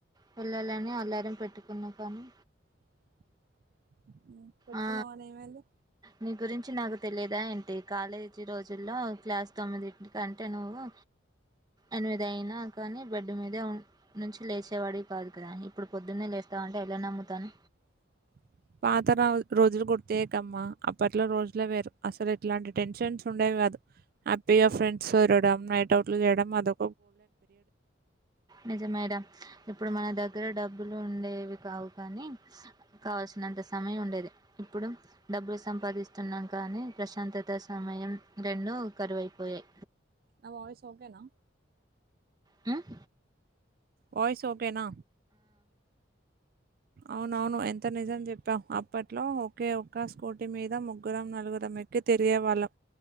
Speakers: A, on the right; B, on the right.
A: వెళ్లాలని అలారం పెట్టుకున్నా కానీ
B: <inaudible> <inaudible> పెట్టుకున్నవ్
A: ఆ
B: గని ఏమైంది
A: నీ గురించి నాకు తెలీదా ఏంటి కాలేజీ రోజుల్లో క్లాస్ తొమ్మిదింటి కంటే నువ్వు ఎనిమిదైనా కానీ బెడ్డు మీదే నుంచి లేచేవాడివి కాదు కదా ఇప్పుడు పొద్దున్నే లేస్తా తా అంటే ఎలా నమ్ముతాను.
B: <inaudible> పాత రా రోజులు గుర్తు చేయకమ్మా అప్పట్లో రోజులే వేరు అసలు ఎట్లాంటి టెన్షన్స్ ఉండేవి కాదు హ్యాపీగా ఫ్రెండ్స్ తిరగడం నైట్ అవుట్లు చేయడం అదో
A: నిజమేడ ఇప్పుడు మన ద దగ్గర డబ్బులు ఉండేవి కావు కానీ కావల్సినంత సమయం ఉండేది ఇప్పుడు డబ్బులు సంపాదిస్తున్నాం కానీ ప్రశాంతత, సమయం రెండు కరువైపోయాయి.
B: నా వాయిస్ ఓకేనా
A: మ్
B: వాయిస్ ఓకేనా అవునవును ఎంత నిజం చెప్పావ్ అప్పట్లో ఒకే ఒక స్కూటీ మీద ముగ్గురం, నలుగురం ఎక్కి తిరిగేవాళ్ళం